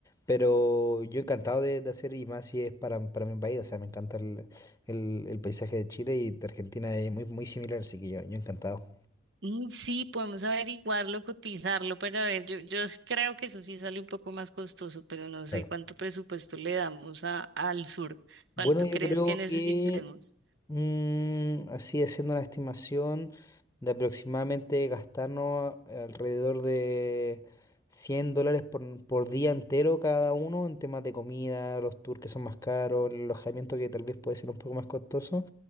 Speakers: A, on the left; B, on the right.
A: pero yo encantado de, de hacer y más si es para, para mi país, o sea, me encanta el, el- el paisaje de Chile y de Argentina es muy, muy similar, así que yo, yo encantado.
B: Mm, Sí, podemos averiguarlo, cotizarlo, pero a ver, yo, yo s- creo que eso sí sale un poco más costoso, pero no sé
A: Claro.
B: cuánto presupuesto le damos a, al sur,
A: Bueno,
B: cuánto
A: yo
B: crees
A: creo
B: que necesitemos.
A: que Mm, así haciendo una estimación de aproximadamente gastarnos alrededor de 100 dólares por, por día entero cada uno en temas de comida, los tours que son más caros, el alojamiento que tal vez puede ser un poco más costoso.